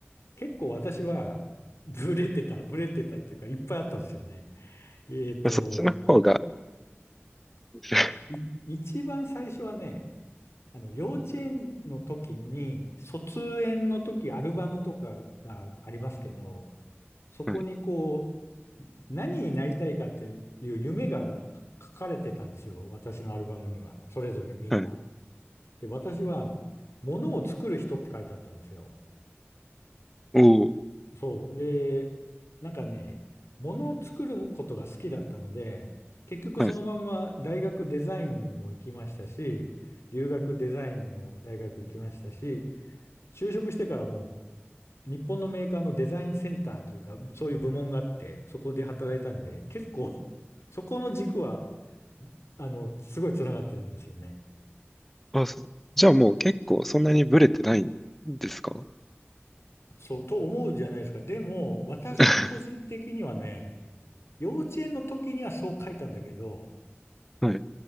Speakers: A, on the left; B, in the centre.
A: 結構私は、ブレてた、ブレてたっていうか、いっぱいあったんですよね。えっと、
B: そっちの方が。<laughs>
A: い、一番最初はね、あの、幼稚園の時に、卒園の時、アルバムとかがありますけど、そこにこ
B: はい。
A: う、何になりたいかっていう夢が書かれてたんですよ。私のアルバムには。それぞれみんな。
B: はい
A: で、私は、物を作る人って書いてあったんですよ。
B: おお、
A: そう。で、なんかね、物を作ることが好きだったので、結局そのまんま大学デザインにも行きましたし、
B: はい。
A: 留学デザインの大学行きましたし、就職してからも日本のメーカーのデザインセンターというか、そういう部門があって、そこで働いたんで、結構、<laughs> そこの軸は、あの、すごい繋がってるんですよね。
B: あ、そ、じゃあもう結構そんなにブレてないんですか
A: そう、と思うじゃないですか。でも、私個人的にはね、
B: <laughs>
A: 幼稚園の時にはそう書いたんだけど、
B: はい。